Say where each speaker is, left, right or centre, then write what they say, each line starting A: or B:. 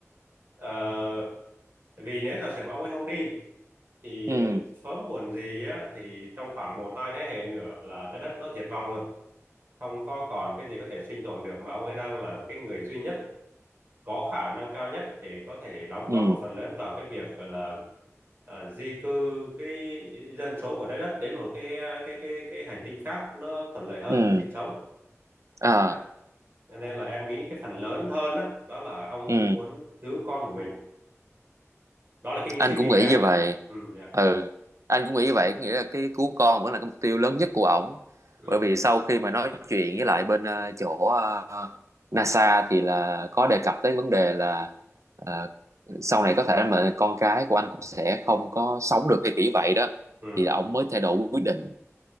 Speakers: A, on the right; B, on the right.
A: Ờ, vì nếu giả sử mà ông ấy không đi thì
B: ừ
A: ờ, sớm muộn gì á, thì trong khoảng một hai thế hệ nữa là trái đất nó diệt vong luôn không có còn cái gì có thể sinh tồn được mà ông ấy đang là cái người duy nhất có khả năng cao nhất để có thể đóng
B: ừ
A: góp một phần lớn vào cái việc gọi là ờ, di cư cái dân số của trái đất đến một cái cái cái cái hành tinh khác nó thuận lợi hơn
B: ừ
A: để sinh sống
B: à
A: Dạ. Cho nên là em nghĩ cái phần lớn hơn đó, đó là ông
B: ừ
A: mới muốn cứu con của mình đó là cái
B: anh
A: suy nghĩ
B: cũng
A: của
B: nghĩ
A: em
B: như vậy
A: ừ, dạ.
B: ừ anh cũng nghĩ như vậy có nghĩa là cái cứu con vẫn là cái mục tiêu lớn nhất của ổng
A: ừ,
B: bởi vì sau khi mà nói chuyện với lại bên ờ, chỗ ờ, NASA thì là có đề cập tới vấn đề là ờ, sau này có thể mà con cái của anh cũng sẽ không có sống được hay kiểu vậy đó
A: ừ,
B: thì ổng
A: ừ,
B: mới thay đổi quyết định